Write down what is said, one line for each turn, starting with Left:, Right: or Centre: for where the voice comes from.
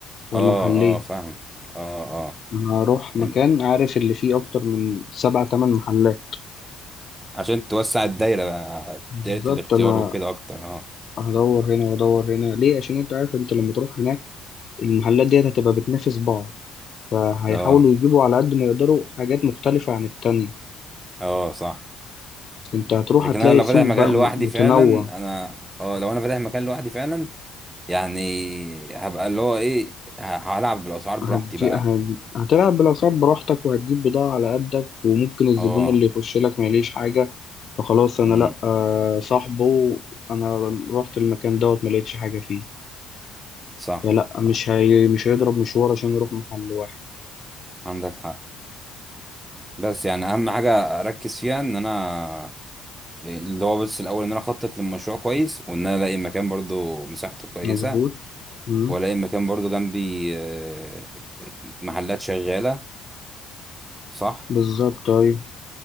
Left: ولا
Right: اه
Left: محلين
Right: اه فاهم اه اه
Left: انا هروح مكان
Right: ال-
Left: عارف اللي فيه اكتر من سبع تمن محلات
Right: عشان توسع الدايره بقى،
Left: بالظبط
Right: دايره الاختيار
Left: انا
Right: وكده اكتر اه
Left: هدور هنا وادور هنا ليه عشان انت عارف انت لما تروح هناك المحلات ديت هتبقى بتنافس بعض فهيحاولوا
Right: اه
Left: يجيبوا على قد ما يقدروا حاجات مختلفه عن التانية
Right: اه صح
Left: انت هتروح
Right: لكن
Left: هتلاقي
Right: انا لو
Left: سوق
Right: فاتح مكان
Left: بقى
Right: لوحدي
Left: م- متنوع
Right: فعلا انا اه لو انا فاتح مكان لوحدي فعلا يعني هبقى اللي هو ايه ه- هلعب بالاسعار براحتي
Left: هتجي...
Right: بقى
Left: هت... هتلعب بالأسعار براحتك وهتجيب بضاعة على قدك وممكن الزبون
Right: اه
Left: اللي يخش لك ما يليش حاجة فخلاص أنا
Right: امم
Left: لأ آه، صاحبه أنا رحت المكان دوت ما لقيتش حاجة فيه
Right: صح
Left: فلأ
Right: صح
Left: مش هي... مش هيضرب مشوار عشان يروح محل واحد
Right: عندك حق بس يعني اهم حاجه اركز فيها ان انا اللي هو بس الاول ان انا اخطط للمشروع كويس وان انا الاقي مكان برضو مساحته كويسه
Left: مظبوط مم.
Right: والاقي مكان برضو جنبي آه، محلات شغاله صح
Left: بالظبط أيوة